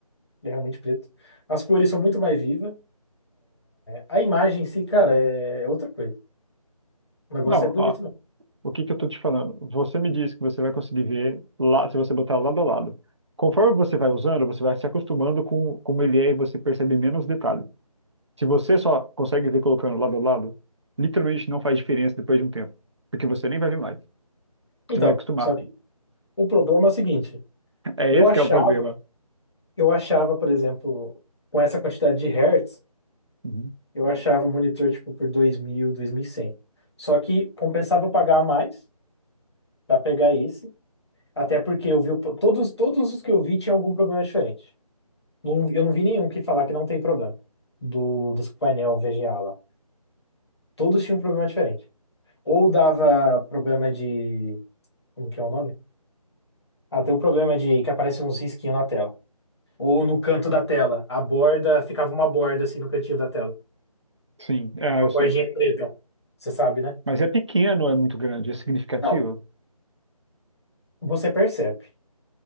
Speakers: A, on the left; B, on the right.
A: Ele é realmente preto. As cores são muito mais vivas. A imagem em si, cara, é é outra coisa. O negócio
B: não,
A: é bonito
B: ó.
A: mesmo.
B: O que que eu tô te falando? Você me disse que você vai conseguir ver lá, se você botar lado a lado. Conforme você vai usando, você vai se acostumando com como ele é e você percebe menos detalhes. Se você só consegue ver colocando lado a lado, literalmente não faz diferença depois de um tempo. Porque você nem vai ver mais.
A: Então,
B: Você vai acostumar.
A: só que o problema é o seguinte.
B: <laughs> É
A: Eu
B: esse
A: achava
B: que é o problema.
A: Eu achava, por exemplo, com essa quantidade de hertz,
B: Uhum.
A: eu achava o monitor tipo por dois dois mil, dois mil e cem. Só que compensava eu pagar a mais para pegar esse, até porque eu vi o- todos todos os que eu vi tinham algum problema diferente. Não- eu não vi nenhum que falar que não tem problema do dos painel VGA lá. Todos tinham um problema diferente. Ou dava problema de, como que é o nome? Ah, tem um problema de que aparece uns risquinhos na tela. Ou no canto da tela, a borda ficava uma borda assim no cantinho da tela.
B: Sim, ah,
A: Uma
B: eu
A: bordinha
B: sei.
A: preta. Você sabe, né?
B: Mas é pequeno, é muito grande, é significativo.
A: Não, você percebe.